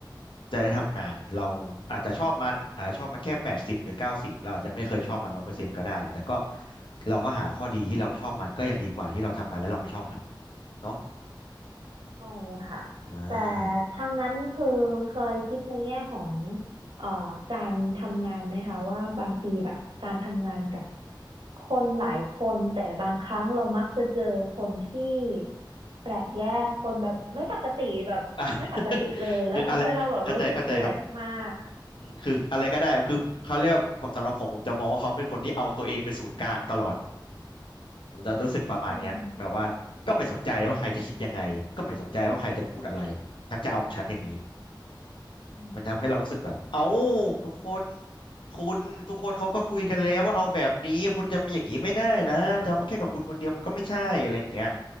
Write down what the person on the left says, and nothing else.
จะได้ทำงานเราอาจจะชอบมันอาจจะชอบมันแค่แปดสิบหรือเก้าสิบเราอาจจะไม่เคยชอบมันร้อยเปอร์เซ็นต์ก็ได้แต่ก็เราก็หาข้อดีที่เราชอบมันก็ยังดีกว่าที่เราทำงานแล้วเราไม่ชอบมันเนาะ
อ่า <laughs>
อ่ะ <laughs> คืออะไรเข้าใจเข้าใจครับอืมคืออะไรก็ได้คือเขาเรียกว่าผมสำหรับผมผมจะมองว่าเขาเป็นคนที่เอาตัวเองเป็นศูนย์กลางตลอดผมจะรู้สึกประมาณเนี้ยแบบว่าก็ไม่สนใจว่าใครจะคิดยังไงก็ไม่สนใจว่าใครจะพูดอะไร
ฉันจะเอาของฉันอย่างนี้
มันทำให้เรารู้สึกแบบเอ้าทุกคนคุณทุกคนเขาก็คุยกันแล้วว่าเอาแบบนี้คุณจะมาอย่างนี้ไม่ได้นะจะมาแค่กับคุณคนเดียวมันก็ไม่ใช่อะไรอย่างเงี้ย